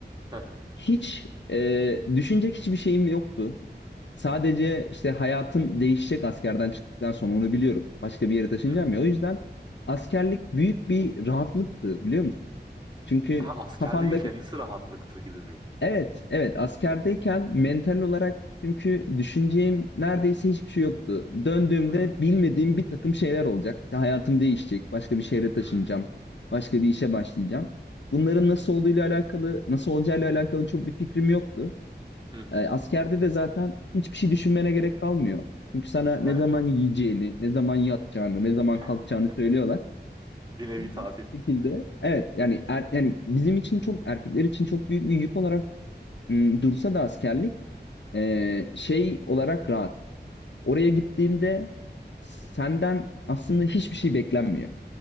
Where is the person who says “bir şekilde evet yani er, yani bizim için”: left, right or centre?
Left